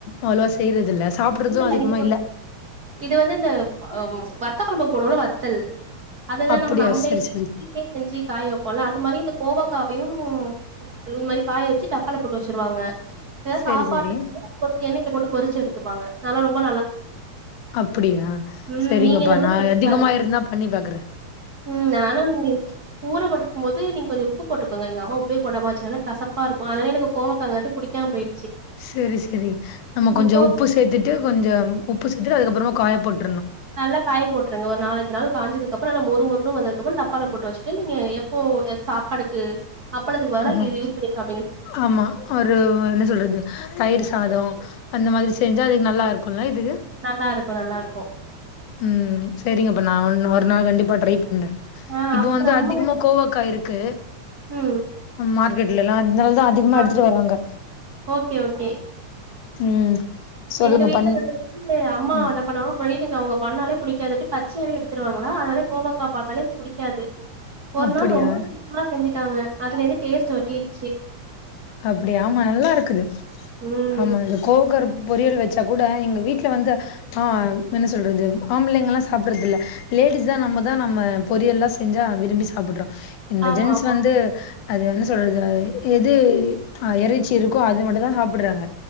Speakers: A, on the left; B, on the right.
A: அவ்ளோவா செய்றது இல்ல சாப்பிடுறது
B: இல்லல்ல
A: அதிகமா
B: இது வந்
A: இல்ல
B: இது வந்து இந்த வத்த கொழம்பு போடு வோல வத்தல் அதெல்லா
A: அப்படியா
B: நம்ம நம்மளே
A: சரி
B: வீட்லயே
A: சரி
B: செஞ்சு காய வெப்போல அது மாரி இந்த கோவக்காவயு இது மாரி காய வெச்சு டப்பால போட்டு வெச்சுருவாங்க எதா
A: சரி
B: சாப்பாட்டுக்கு
A: சரி
B: வந்து கொஞ்ச எண்ணெய்ல போட்டு பொறுச்சு எடுத்துப்பாங்க நல்லா ரொம் ரொம்ப
A: அப்டியா
B: ம்
A: செரிங்கப்பா
B: நீங்க இந்த மாரி
A: நா
B: செஞ்சு
A: அதிகமா
B: பாருங்க
A: இருந்தா பண்ணி பாக்குற
B: ம் நானு இங்க ஊர போட் க்கு போது நீங் கொஞ்ச உப்பு போட்டுக் கோங்க எங்க அம்மா உப்பே போடாம வெச்சனால கசப்பாருக்கு அதனாலே எனக்கு கோவாக்காங்கரது புடிக்காம போயி
A: சேரி சேரி நம்ம கொஞ்சோ
B: கோவக்காய்
A: உப்பு சேத்துட்டு கொஞ்சோ உப்பு சேத்துட்டு அதுக்கப்பறமா காய போட்
B: நல்லா காய போட்ருங்க ஒரு நாலஞ்சு நாள் காஞ்சதுக் அப்பறோ அந்த மொ மொரு மொருன்னு வந்ததுக்கப்றோ டப்பால போட்டு வெச்சுட்டு நீங்க எப்போ சாப்பாடுக்கு அப்பளத்துக்கு பதுல
A: ஆமா
B: இது யூஸ் பண்ணி சா
A: ஆமா ஒரு என்ன சொல்றது தயிர் சாதோ அந்த மாரி செஞ்சா அதுக்கு நல்லா இருக்கும்ல இது
B: நல்லாருக்கு நல்லாருக்கு
A: ம் சேரிங்க அப்ப நா ஒ ஒரு நாள் கண்டிப்பா ட்ரை பண்ற
B: ஆ
A: இப்போ
B: அப்புறோ
A: வந்து
B: அம்மா
A: அதிகமா கோவாக்காய் இருக்கு
B: ம்
A: மார்க்கெட்லல்லா அதனாலதா அதிகமா
B: ஆ
A: எடுத்துட்டு வராங்க
B: ஓகே ஓகே
A: ம் சொல்லுங்க
B: எங்க வீட்ல
A: பண்
B: வந்துட்டு அம்மா
A: ம்
B: என்ன பண்ணுவாங்க <unintelligible> அவுங்க பண்ணாலே புடிக்காது அப்டியே பச்சையாவே எடுத்துருவாங்களா அதனால கோவக்கா பாத்தாலே புடிக்காது ஒரு
A: அப்படியா
B: நாள் ரொம்ப சூப்பரா செஞ்சுட்டாங்க அதுல இருந்து டேஸ்ட் ஒட்டிருச்சு
A: அப்டி ஆமா நல்லா இருக்குது
B: ம்
A: ஆமா அ கோவக்கா பொரியல் வச் த கூட எங்க வீட்ல வந்து அ என்ன சொல்றது ஆம்பளைங்க எல்லா சாப்படுறதுல்ல லேடிஸ் தா நம் நம்ம தா நம்ம பொரியல்லா செஞ்சா விரும்பி சாப்டுறோ இந்த
B: ஆமா
A: ஜென்ஸ்
B: ஆமா
A: வந்து அது என்ன சொல்றது எது எறைச்சி இருக்கோ அது மட்டுதா சாப்டுறாங்க